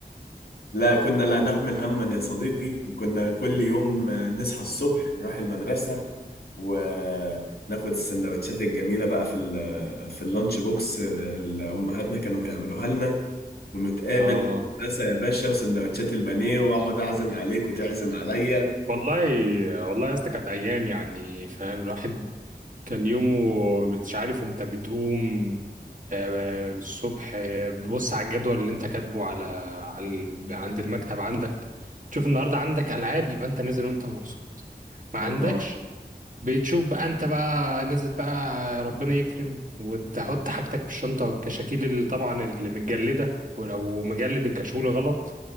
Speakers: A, on the left; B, on the right.
A: لا كنا لا نحمل هما يا صديقي وكنا كل يوم آه، نصحى الصبح نروح المدرسة وناخد السندوتشات الجميلة بقى في ال- في اللانش بوكس اللي أمهاتنا كانوا بيعملوها لنا ونتقابل
B: اه
A: في المدرسة يا باشا وسندوتشات البانيه وأقعد أعزم عليك وتعزم عليا
B: والله والله يا اسطى كانت ايام يعني فاهم الواحد كان يومه مش عارف انت بتقوم آه، الصبح آه، بص على الجدول اللي انت كاتبه على على ال- عند المكتب عندك تشوف النهارده عندك العاب يبقى انت نازل وانت مبسوط ما عندكش
A: الله
B: بتشوف بقى انت بقى نازل بقى ربنا يكرم وتحط حاجتك في الشنطة كشاكيل اللي طبعا اللي متجلدة ولو مجلد الكشكول غلط